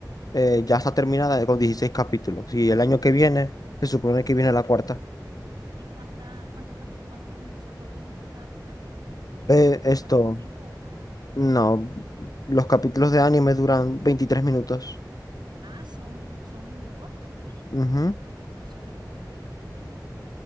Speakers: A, on the left; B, on the right.
A: eh, ya está terminada con 16 capítulos. Y el año que viene, se supone que viene la cuarta.
B: Cada temporada. ¿Y cuánta, cuánto capi- cuánto, o sea, cuánto dura cada capítulo? Más o
A: Eh,
B: menos que
A: esto.
B: cuarenta y cinco o una hora.
A: No, los capítulos de anime duran 23 minutos.
B: Ah, son, co- son cortos.
A: Ujú,
B: No, eso te lo puedes ver en un día.